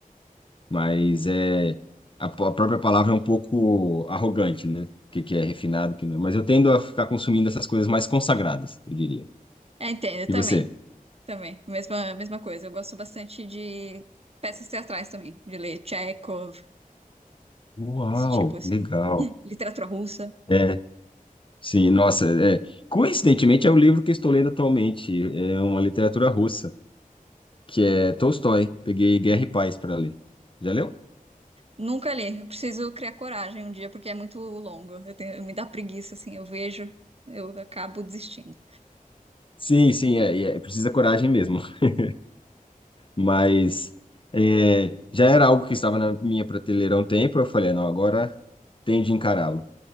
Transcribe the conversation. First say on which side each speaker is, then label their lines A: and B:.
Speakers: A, on the left; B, on the right.
A: mas é a, p- a própria palavra é um pouco arrogante, né? O que, que é refinado, o que não. é. Mas eu tendo a ficar consumindo essas coisas mais consagradas, eu diria.
B: É, entendo, eu
A: E
B: também,
A: você?
B: também. Mesma, mesma coisa. Eu gosto bastante de peças teatrais também, de ler Chekhov,
A: Uau,
B: esse tipo assim,
A: legal.
B: literatura russa.
A: É, sim, nossa, é. Coincidentemente é o livro que eu estou lendo atualmente, é uma literatura russa. que é Tolstói. Peguei Guerra e Paz para ler. Já leu?
B: Nunca li. Eu preciso criar coragem um dia porque é muito longo. Eu tenho, me dá preguiça assim, eu vejo, eu acabo desistindo.
A: Sim, sim, é, e é, precisa coragem mesmo. <laughs> Mas é, já era algo que estava na minha prateleira há um tempo. Eu falei, não, agora tenho de encará-lo.